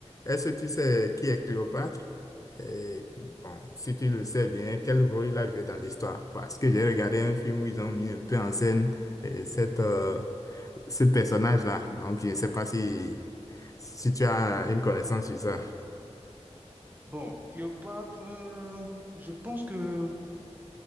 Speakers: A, on the left; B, on the right.
A: est-ce que tu sais qui est Cléopâtre? Et, bon, si tu le sais bien, quel rôle il a joué dans l'histoire? Parce que j'ai regardé un film où ils ont mis un peu en scène euh, cette, euh, ce personnage-là. Donc, je ne sais pas si, si tu as une connaissance sur ça.
B: Bon, Cléopâtre, euh, je pense que